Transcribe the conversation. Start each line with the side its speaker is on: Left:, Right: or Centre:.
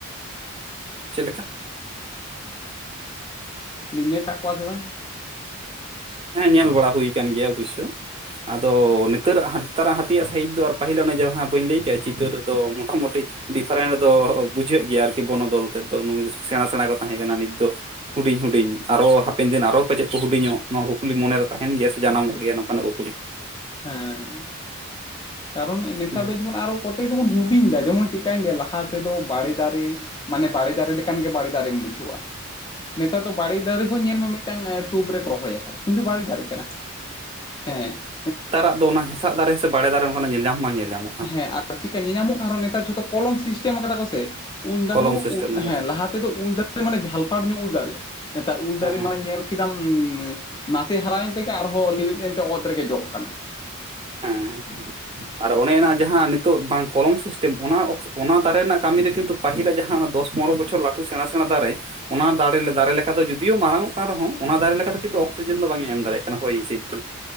Right: ᱪᱮᱫ ᱞᱮᱠᱟ?
Left: ᱞᱤᱧ ᱧᱮᱞ ᱠᱟᱫ ᱠᱚᱣᱟ ᱥᱮ ᱵᱟᱝ?
Right: ᱦᱮ ᱧᱮᱞ ᱵᱟᱲᱟ ᱦᱩᱭ ᱠᱟᱱ ᱜᱮᱭᱟ ᱚᱵᱚᱥᱥᱚ ᱟᱫᱚ ᱱᱤᱛᱟᱨᱟᱜ ᱦᱟᱛᱤ ᱱᱮᱛᱟᱨᱟᱜ ᱦᱟᱹᱛᱤᱭᱟᱜ ᱥᱟᱭᱤᱡ ᱫᱚ ᱟᱨ ᱯᱟᱹᱦᱤᱞ ᱚᱱᱮ ᱡᱟᱦᱟ ᱵᱟᱹᱧ ᱞᱟᱹᱭ ᱠᱮᱫ ᱪᱤᱛᱟᱹᱨ ᱫᱚ ᱢᱚᱴᱟᱢᱚᱴᱤ ᱰᱤᱯᱷᱟᱨᱮᱱᱴ ᱫᱚ ᱵᱩᱡᱷᱟᱹᱜ ᱜᱮᱭᱟ ᱟᱨᱠᱤ ᱵᱚᱱᱚᱫᱚᱞ ᱛᱮᱫ ᱫᱚ ᱱᱩᱭ ᱫᱚᱥᱮ ᱥᱮᱬᱟ ᱥᱮᱬᱟ ᱠᱚ ᱛᱟᱦᱮ ᱠᱟᱱᱟ ᱱᱤᱛ ᱫᱚ ᱦᱩᱰᱤᱧ ᱦᱩᱰᱤᱧ ᱟᱨᱚ ᱦᱟᱯᱮᱱ ᱫᱤᱱ ᱟᱨᱚ ᱯᱟᱪᱮᱫ ᱠᱚ ᱦᱩᱰᱤᱧᱚᱜ ᱱᱚᱣᱟ ᱠᱩᱠᱞᱤ ᱢᱚᱱᱮᱨᱮ ᱛᱟᱦᱮᱱ ᱜᱮᱭᱟ ᱥᱮ ᱡᱟᱱᱟᱢᱚᱜ ᱜᱮᱭᱟ ᱱᱚᱝᱠᱟᱱᱟᱜ ᱠᱩᱠᱞᱤ
Left: ᱦᱮᱸ ᱠᱟᱨᱚᱱ ᱱᱮᱛᱟᱨ
Right: ᱦᱩᱸ
Left: ᱫᱚ ᱡᱮᱢᱚᱱ ᱟᱨᱚ ᱠᱚᱛᱼᱼ ᱼᱼᱛᱮᱠ ᱫᱚ ᱵᱚᱱ ᱦᱩᱰᱤᱧ ᱫᱟ ᱡᱮᱢᱚᱱ ᱪᱮᱠᱟᱧ ᱞᱟᱹᱭᱟ ᱞᱟᱦᱟ ᱛᱮᱫᱚ ᱵᱟᱲᱮ ᱫᱟᱨᱮ ᱢᱟᱱᱮ ᱵᱟᱲᱮ ᱫᱟᱨᱮ ᱞᱮᱠᱟᱱ ᱜᱮ ᱵᱟᱲᱮ ᱫᱟᱨᱮᱢ ᱵᱩᱡᱷᱟᱹᱣᱟ ᱱᱮᱛᱟᱨ ᱫᱚ ᱵᱟᱲᱮ ᱫᱟᱨᱮ ᱦᱚ ᱧᱮᱞᱢᱮ ᱢᱤᱫᱴᱟᱝ ᱴᱩᱵ ᱨᱮᱠᱚ ᱨᱚᱦᱚᱭ ᱠᱟᱫᱟ ᱠᱤᱱᱛᱩ ᱵᱟᱲᱮ ᱫᱟᱨᱮ ᱠᱟᱱᱟ ᱦᱮᱸ
Right: ᱟᱜ ᱫᱚ ᱚᱱᱟ ᱦᱮᱸᱥᱟᱜ ᱫᱟᱨᱮ ᱥᱮ ᱵᱟᱲᱮ ᱫᱟᱨᱮ ᱚᱱᱠᱟ ᱧᱮᱞ ᱧᱟᱢ ᱦᱚ ᱵᱟᱝ ᱧᱮᱞ ᱧᱟᱢᱚᱜ ᱠᱟᱱᱟ
Left: ᱦᱮᱸ ᱟᱨ ᱪᱤᱠᱟ ᱧᱮᱧᱟᱢᱚᱜ ᱠᱟᱱ ᱨᱮᱦᱚᱸ ᱱᱮᱛᱟᱨ ᱡᱷᱚᱛᱚ ᱠᱚᱞᱚᱢ ᱥᱤᱥᱴᱮᱢ ᱠᱟᱫᱟ ᱠᱚ ᱥᱮ ᱩᱞ
Right: ᱠᱚᱞᱚᱢ
Left: ᱫᱟᱨᱮ ᱦᱚᱸ
Right: ᱥᱤᱥᱴᱮᱢ
Left: ᱩᱞ
Right: ᱠᱟᱛᱮ
Left: ᱦᱮᱸ ᱞᱟᱦᱟ ᱛᱮᱫᱚ ᱩᱞ ᱫᱟᱨᱮ ᱢᱟᱱᱮ ᱡᱷᱟᱞᱯᱟᱨ ᱧᱚᱜ ᱩᱞ ᱫᱟᱨᱮᱜᱼᱟ ᱱᱮᱛᱟᱨ ᱩᱞ
Right: ᱦᱮᱸ
Left: ᱫᱟᱨᱮ ᱢᱟᱱᱮ ᱧᱮᱞ ᱠᱮᱫᱟᱢ ᱱᱟᱥᱮ ᱦᱟᱨᱟᱭᱮᱱ ᱛᱮᱜᱮ ᱟᱨᱦᱚᱸ ᱞᱤᱣᱮᱫ ᱮᱱᱛᱮ ᱚᱛ ᱨᱮᱜᱮ ᱡᱚᱜ ᱠᱟᱱᱟ
Right: ᱦᱮᱸᱻ ᱟᱨ ᱚᱱᱮ ᱚᱱᱟ ᱡᱟᱦᱟᱸ ᱱᱤᱛᱳᱜ ᱵᱟᱝ ᱠᱚᱞᱚᱢ ᱥᱤᱥᱴᱮᱢ ᱚᱱᱟ ᱚᱱᱟ ᱫᱟᱨᱮ ᱨᱮᱱᱟᱜ ᱠᱟᱹᱢᱤ ᱫᱚ ᱠᱤᱱᱛᱩ ᱯᱟᱹᱦᱤᱞᱟᱜ ᱡᱟᱦᱟᱸ ᱫᱚᱥ ᱯᱚᱱᱨᱚ ᱵᱚᱪᱷᱚᱨ ᱞᱟᱹᱴᱩ ᱥᱮᱬᱟ ᱥᱮᱬᱟ ᱫᱟᱨᱮ ᱚᱱᱟ ᱫᱟᱨᱮ ᱫᱟᱨᱮ ᱞᱮᱠᱟ ᱫᱚ ᱡᱩᱫᱤᱭᱚ ᱢᱟᱨᱟᱝ ᱚᱜ ᱠᱟᱱ ᱨᱮᱦᱚ ᱚᱱᱟ ᱫᱟᱨᱮ ᱞᱮᱠᱟ ᱫᱚ ᱠᱤᱱᱛᱩ ᱚᱠᱥᱤᱡᱮᱱ ᱫᱚ ᱵᱟᱝᱼᱮ ᱮᱢ ᱫᱟᱲᱮᱭᱟᱜ ᱠᱟᱱᱟ ᱦᱚᱭ ᱦᱤᱸᱥᱤᱫ ᱫᱚ